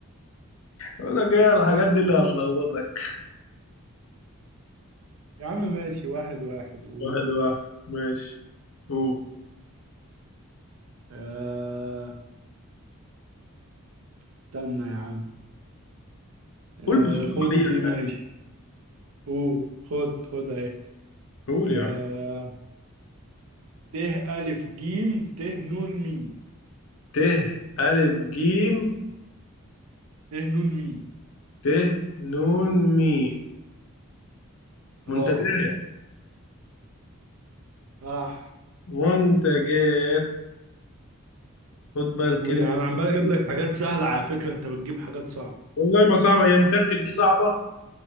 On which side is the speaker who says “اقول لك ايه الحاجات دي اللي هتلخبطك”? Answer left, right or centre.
Left